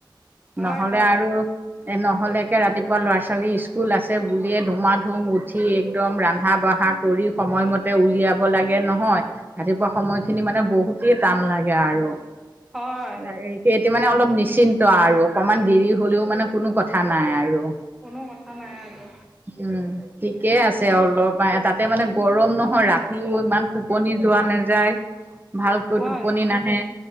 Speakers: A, in the centre; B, on the right.
A: হয়
B: নহ'লে
A: হয়
B: আৰু নহ'লেকে ৰাতিপুৱা ল'ৰা ছোৱালী স্কুল আছে বুলিয়ে ধুমাধুম উঠি একদম ৰান্ধা বাঢ়া কৰি সময়মতে উলিয়াব লাগে নহয়! ৰাতিপুৱা সময়খিনি মানে বহুতেই টান লাগে আৰু,
A: হয়
B: লাগেই। সেইটো মানে অলপ নিশ্চিন্ত আৰু অকণমান দেৰি হ'লেও মানে কোনো কথা নাই আৰু।
A: কোনো কথা নাই আৰু।
B: উম, ঠিকে আছে অলপ বা তাতে মানে গৰম নহয়, ৰাতিও ইমান টোপনি যোৱা নাযায়। ভালকৈ
A: হয়
B: টোপনি নাহে।